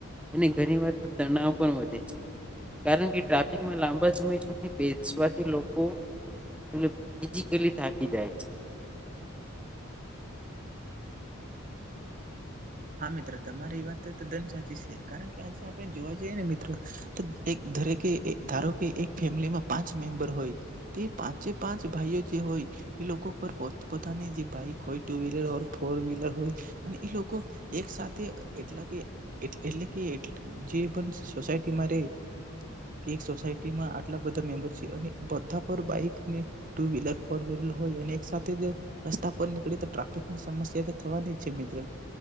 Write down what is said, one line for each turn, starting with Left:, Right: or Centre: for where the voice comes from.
Centre: અને ઘણી વાર તણાવ પણ વધે છે કારણ કે ટ્રાફિકમાં લાંબા સમય સુધી બેસવાથી લોકો <inaudible> થાકી જાય છે
Right: હા તમારી વાત તદ્દન સાચી છે કારણ કે આજે આપણે જોવા જઈએ ને મિત્ર એક ધરેકે ધારો કે એક ફેમિલીમાં પાંચ મેમ્બર હોય તે પાંચે પાંચ ભાઈઓ જે હોય એ લોકો પર પોત પોતાની જે બાઈક હોય ટુ વ્હીલર હો ફોર વ્હીલર હોય અને એ લોકો એક સાથે એટલા કે એટલે કે જે પણ સોસાયટીમાં રેય કે એક સોસાયટીમાં આટલા બધા મેમ્બર છે અને બધા પર બાઈકને ટુ વ્હીલર ફોર વ્લર હોય અને એક સાથે રસ્તા પર નીકળે તો ટ્રાફિકની સમસ્યા તો થવાની જ છે મિત્ર